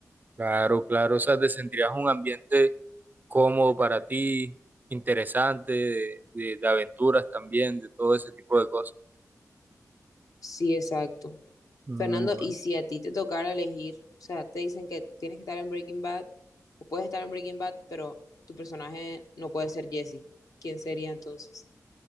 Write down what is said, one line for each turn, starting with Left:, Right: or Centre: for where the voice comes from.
Right: Claro, claro, o sea, te sentirías un ambiente cómodo para ti, interesante, de, de- de aventuras también, de todo ese tipo de cosas.
Left: Sí, exacto.
Right: Mm,
Left: Fernando,
Right: bueno.
Left: y si a ti te tocara elegir, o sea, te dicen que tienes que estar en Breaking Bad, o puedes estar en Breaking Bad, pero tu personaje no puede ser Jesse, ¿quién sería entonces?